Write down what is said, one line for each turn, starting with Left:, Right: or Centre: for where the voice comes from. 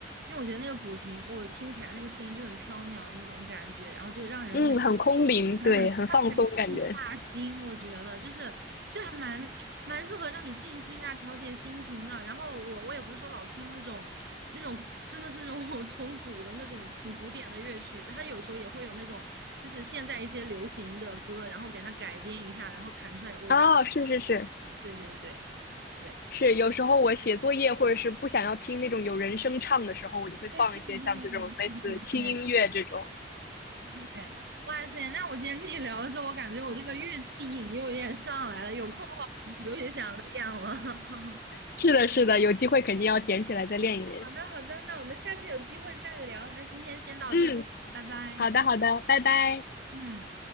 Right: 因为我觉得那个古琴，我听起来那个声音就很飘渺的那种感觉，然后就让人很
Left: 嗯，很空灵，
Right: 很很让人
Left: 对，很放松感觉。
Right: 打心，我觉得就是就还蛮 <tsk> 蛮适合让你静心啊，调节心情的。然后我我也不是说老听那种那种真的是那种 <laughs> 从古的那种很古典的乐曲，它有时候也会有那种就是现在一些流行的歌，然后给它改编一下，然后弹出来，我去，
Left: 哦，是是是
Right: 对对对。对，
Left: 是，有时候我写作业或者是不想要听那种有人声唱的时候，我就会放一些像这种类似轻音乐这种。
Right: 对对对对对对，哇塞！那我今天跟你聊的时候，我感觉我这个乐器瘾又有点上来了，有空的话我就有点想练了。<laughs>
Left: 是的，是的，有机会肯定要捡起来再练一练。
Right: 好的，好的，那我们下次有机会再聊。那今天先到这，
Left: 嗯，
Right: 拜拜。
Left: 好的，好的，拜拜。
Right: 嗯。